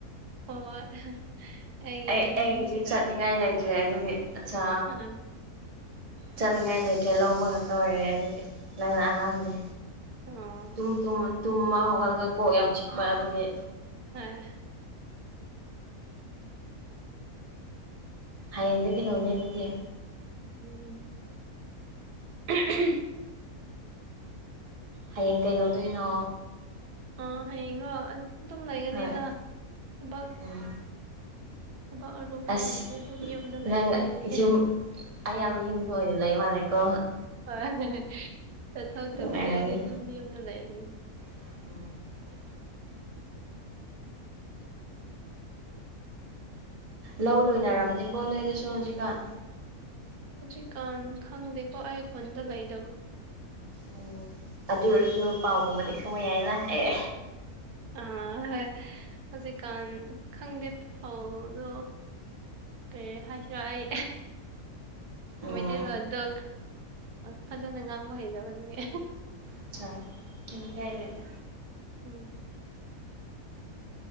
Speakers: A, on the right; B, on the right.
A: ꯍꯣꯏ ꯑꯩꯒꯤꯗꯤ
B: ꯑꯩ
A: ꯑꯅꯤ
B: ꯑꯩꯒꯤꯗꯤ
A: ꯁꯨꯈ꯭ꯔꯦ
B: ꯆꯠꯅꯤꯡꯉꯥꯏ ꯂꯩꯇ꯭ꯔꯦ ꯑꯗꯨꯒꯤ ꯑꯆꯥ
A: ꯑꯥ
B: ꯆꯥꯅꯤꯡꯉꯥꯏ ꯂꯩꯦꯇ꯭ꯔꯦ ꯂꯧꯕ ꯉ ꯇ ꯑꯣꯏꯔꯦ ꯑꯗꯨꯗꯤ ꯅꯪꯅ ꯑꯍꯥꯟꯕꯅꯦ
A: ꯑꯣ
B: ꯇꯨꯝꯨꯝ ꯇꯨꯝꯃ ꯍꯧꯥꯎꯒꯠꯂꯒ ꯀꯣꯛ ꯌꯥꯝ ꯆꯤꯛꯄ ꯑꯗꯨꯒꯤ
A: <unintelligible>
B: ꯍꯌꯦꯡꯗꯒꯤ ꯀꯩꯗꯧꯅꯤ ꯑꯗꯨꯗꯤ
A: ꯎꯝ <unintelligible>
B: ꯍꯌꯦꯡ ꯀꯩꯗꯧꯗꯣꯏꯅꯣ
A: ꯑꯥ ꯍꯌꯦꯡꯔꯣ ꯑ ꯑꯗꯨꯝ ꯂꯩꯒꯅꯤꯗ
B: ꯍꯣꯏ
A: ꯊꯕꯛ
B: ꯎꯝ
A: ꯊꯕꯛ ꯑꯔꯨꯕꯗꯤ
B: ꯑꯁ
A: ꯂꯩꯇꯦ ꯑꯗꯨꯝ ꯌꯨꯝꯗ ꯂꯩꯕꯅꯦ
B: ꯅꯪ
A: ꯑꯩꯗꯤ
B: ꯌꯨꯝ ꯑꯌꯥꯝꯕ ꯌꯨꯝꯗꯣ ꯑꯣꯏꯅ ꯂꯩ ꯃꯥꯜꯂꯦꯀꯣ
A: ꯍꯣꯏꯣ ꯆꯠꯊꯣꯛꯇꯕꯅꯤ
B: ꯅꯨꯡꯉꯥꯏꯔꯝꯅꯤ
A: ꯑꯩꯗꯤ ꯑꯗꯨꯝ ꯌꯨꯝꯗ ꯂꯩꯕꯅꯤ
B: <unintelligible> ꯂꯧ ꯂꯣꯏꯅꯔꯝꯅꯦꯕꯣ ꯅꯣꯏꯅꯁꯨ ꯍꯧꯖꯤꯛꯀꯥꯟ
A: ꯍꯧꯖꯤꯛꯀꯥꯟ ꯈꯪꯗꯦꯀꯣ ꯑꯩꯈꯣꯟꯗ ꯂꯩꯦ
B: ꯎꯝ ꯑꯗꯨ ꯑꯣꯏꯔꯁꯨ ꯄꯥꯎꯒꯨꯝꯕꯗꯤ ꯈꯪꯕ ꯌꯥꯏꯅ ꯑꯦ
A: ꯑꯥ ꯍꯣꯏ ꯍꯧꯖꯤꯛꯀꯥꯟ ꯈꯪꯗꯦ ꯐꯥꯎꯗꯣ ꯀ ꯍꯥꯏꯁꯔ ꯑꯩ
B: ꯎꯝ
A: ꯃꯩꯇꯩꯗꯣ ꯑꯗꯣ ꯐꯖꯅ ꯉꯥꯡꯕ ꯍꯩꯇꯕꯗꯨꯒꯤ
B: ꯑꯆꯥ ꯀꯝ ꯀꯥꯏꯔꯅꯦ
A: ꯎꯝ